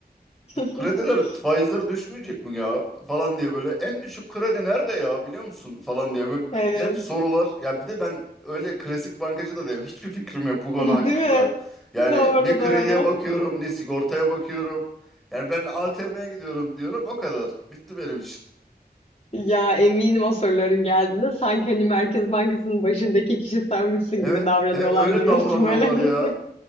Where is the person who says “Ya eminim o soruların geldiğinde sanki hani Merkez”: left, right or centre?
Left